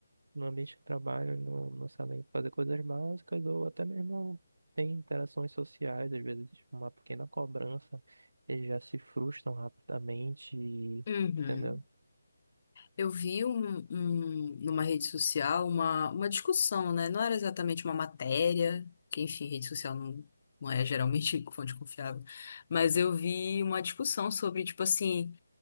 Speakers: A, on the right (about 85°); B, on the left (about 35°).
A: no ambiente de trabalho não, não sabem fazer coisas básicas ou até mesmo tem interações sociais, às vezes tipo, uma pequena cobrança, eles já se frustram rapidamente, e-
B: Uhum.
A: entendeu?
B: Eu vi um, um- numa rede social uma, uma discussão, né? Não era exatamente uma matéria, que enfim, rede social não, não é geralmente <laughs> fonte confiável, mas eu vi uma discussão sobre, tipo assim